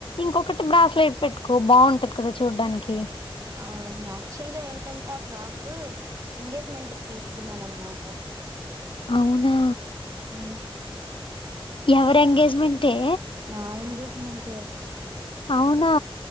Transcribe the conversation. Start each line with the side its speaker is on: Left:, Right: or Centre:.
Left: ఇంకొకటి బ్రాస్లేట్ పెట్టు కొ బాగుంటది కదా చూడ్డానికి
Right: ఆ యాక్చువల్ గా ఏంటంటే ఆ ఫ్రాక్ ఎంగేజ్మెంట్కిి తీసుకున్నాను అన్నమాట
Left: అవునా
Right: ఆ
Left: ఎవరి ఎంగేజ్మెంట్ ఏ
Right: నా ఎంగేజ్మెంట్ ఏ
Left: అవునా